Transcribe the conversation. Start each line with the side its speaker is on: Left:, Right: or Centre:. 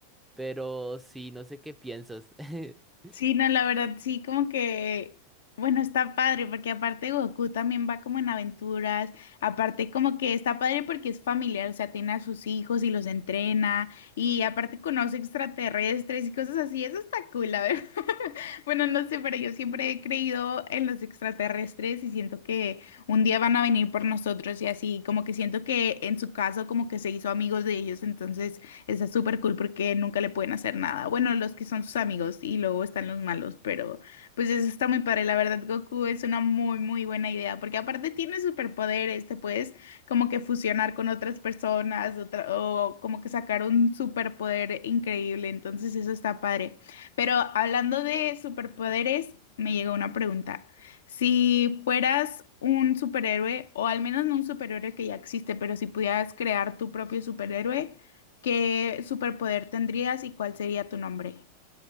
Centre: Pero sí, no sé qué piensas. <laughs>
Left: Sí, no, la verdad, sí, como que, bueno, está padre, porque aparte Goku también va como en aventuras, aparte como que está padre porque es familiar, o sea, tiene a sus hijos y los entrena, y aparte conoce extraterrestres y cosas así, eso está cool, la verdad. <laughs> Bueno, no sé, pero yo siempre he creído en los extraterrestres y siento que un día van a venir por nosotros y así, como que siento que en su caso como que se hizo amigos de ellos, entonces... Está súper cool porque nunca le pueden hacer nada. Bueno, los que son sus amigos y luego están los malos, pero pues eso está muy padre. La verdad, Goku es una muy, muy buena idea porque aparte tiene superpoderes, te puedes como que fusionar con otras personas otra- o como que sacar un superpoder increíble. Entonces eso está padre. Pero hablando de superpoderes, me llegó una pregunta. Si fueras un superhéroe, o al menos no un superhéroe que ya existe, pero si pudieras crear tu propio superhéroe, ¿Qué superpoder tendrías y cuál sería tu nombre?